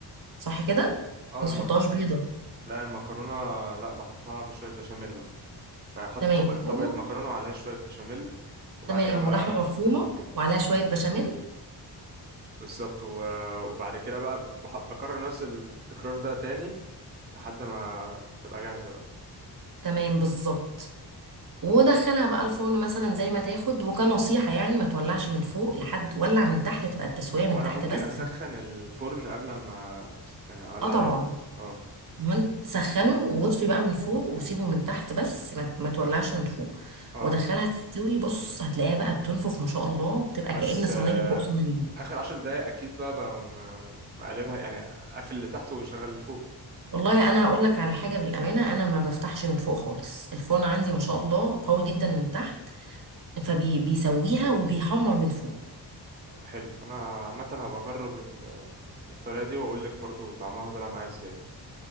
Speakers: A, on the right; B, on the right.
A: صح كده؟
B: اه
A: ما
B: المك...
A: تحطهاش بيضة
B: لا المكرونه لا بحطها بشويه بشاميل يعني. بحط
A: تمام
B: طبق طبقه
A: و...
B: مكرونه وعليها شويه بشاميل وبعد
A: تمام
B: كده بقى
A: ولحمة مفرومة
B: لحمه مفرومه
A: وعليها شوية بشاميل
B: بالظبط و... وبعد كده بقى بح... بكرر نفس التكرار ده تاني لحد ما تبقى جاهزه بقى
A: تمام بالظبط ودخلها بقى الفرن مثلا زي ما تاخد وكنصيحة يعني ما تولعش من فوق لحد ولع من تحت تبقى التسوية
B: هو
A: من
B: انا
A: تحت
B: ممكن
A: بس
B: اسخن الفرن قبل ما يعني اولع
A: اه طبعا
B: عليها اه
A: من سخنه واطفي بقى من فوق وسيبه من تحت بس ما, ما تولعش من فوق
B: اه
A: ودخلها تستوي بص هتلاقيها بقى بتنفخ ما شاء الله بتبقى
B: بس
A: كأن صينية فوق صينية
B: اخر عشر دقايق اكيد بقى بقوم آه، مقلبها يعني اقفل اللي تحت وشغل اللي فوق
A: والله انا هقول لك على حاجة بالأمانة انا ما بفتحش من فوق خالص الفرن عندي ما شاء الله قوي جدا من تحت فبيسويها وبيحمر من فوق
B: طب حلو انا عامه هبقى اجرب ال- الطريقه دي واقول لك برضو طعمها طلع معايا ازاي